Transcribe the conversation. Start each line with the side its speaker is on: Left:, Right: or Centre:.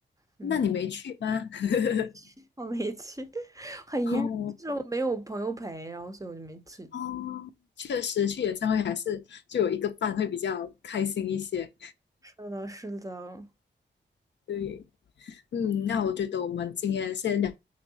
Right: 嗯。
Left: 那你没去吗？<laughs>
Right: <laughs> 我没去，<laughs> 很遗憾，
Left: <laughs> 哦
Right: 就是我没有朋友陪，然后所以我就没去。
Left: 哦，确实去演唱会还是就有一个伴会比较开心一些。
Right: 是的，是的。
Left: 对，嗯，那我觉得我们今天先聊